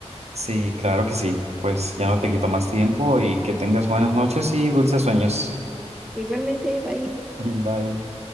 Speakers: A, on the right (about 70°); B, in the centre.
A: Sí, claro que sí. Pues ya no
B: Bueno,
A: te quito más tiempo y que tengas buenas noches y dulces sueños.
B: igualmente, bye.
A: <laughs> Bye.